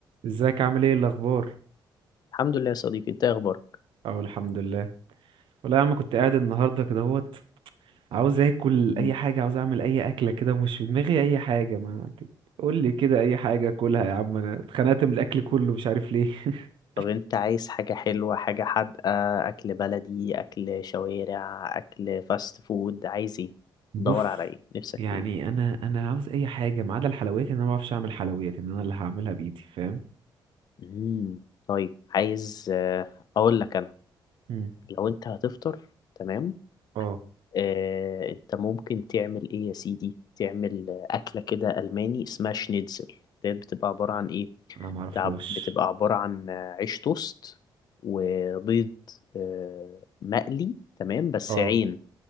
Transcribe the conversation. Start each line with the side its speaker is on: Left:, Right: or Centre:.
Right: ازيك عامل ايه الاخبار
Left: الحمد لله يا صديقي انت ايه اخبارك
Right: اهو الحمد لله والله يا عم كنت قاعد النهارده كده اهوت عاوز اكل
Left: مم.
Right: اي حاجه عاوز اعمل اي اكله كده ومش في دماغي اي حاجه ما قول لي كده اي حاجه اكلها يا عم انا اتخنقت من الاكل كله مش عارف ليه <laughs>
Left: طب انت عايز حاجة حلوة حاجة حادقة اكل بلدي اكل شوارع اكل فاست فود عايز ايه
Right: بص
Left: دور على ايه نفسك
Right: يعني
Left: في ايه
Right: انا انا عاوز اي حاجه ما عدا الحلويات ان انا ما بعرفش اعمل حلويات ان انا اللي هعملها بايدي فاهم
Left: مم. طيب عايز اه، اقول لك انا
Right: مم.
Left: لو انت هتفطر تمام
Right: اه
Left: آه، انت ممكن تعمل ايه يا سيدي تعمل آه، اكله كده الماني اسمها شنيتزل ديت بتبقى عباره عن ايه
Right: انا ما اعرفهاش
Left: بتاع- بتبقى عباره عن آه، عيش توست وبيض آه، مقلي تمام بس
Right: اه
Left: عين